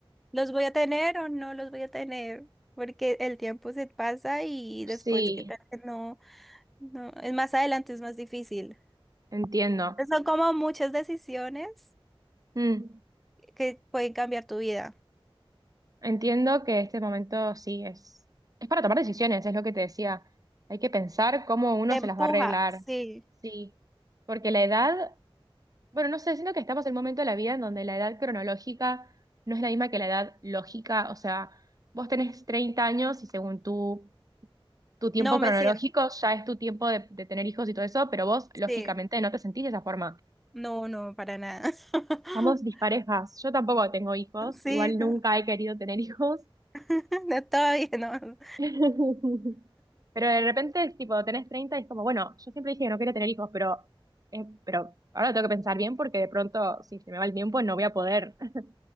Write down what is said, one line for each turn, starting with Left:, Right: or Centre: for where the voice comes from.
Centre: ¿los voy a tener o no los voy a tener? Porque el tiempo se pasa y
Right: sí,
Centre: después, ¿qué tal que no? No, es más adelante, es más difícil.
Right: entiendo.
Centre: Son como muchas decisiones
Right: Mm.
Centre: que pueden cambiar tu vida.
Right: Entiendo que este momento sí es, es para tomar decisiones, es lo que te decía. Hay que pensar cómo uno
Centre: Te empuja,
Right: se las va a arreglar.
Centre: sí.
Right: Sí, porque la edad, bueno, no sé, siento que estamos en un momento de la vida en donde la edad cronológica no es la misma que la edad lógica. O sea, vos tenés 30 años y según tu, tu tiempo
Centre: No me
Right: cronológico
Centre: siento,
Right: ya es tu tiempo de, de tener hijos y todo eso, pero vos lógicamente
Centre: sí.
Right: no te sentís de esa forma.
Centre: No, no, para nada. <laughs>
Right: Estamos disparejas. Yo tampoco tengo hijos,
Centre: Sí,
Right: igual nunca
Centre: no.
Right: he querido tener <laughs> hijos.
Centre: <laughs> No, Todavía no.
Right: <laughs> Pero de repente es tipo, tenés 30 y es como, bueno, yo siempre dije que no quería tener hijos, pero, eh, pero ahora lo tengo que pensar bien porque de pronto, si se me va el tiempo, no voy a poder. <laughs>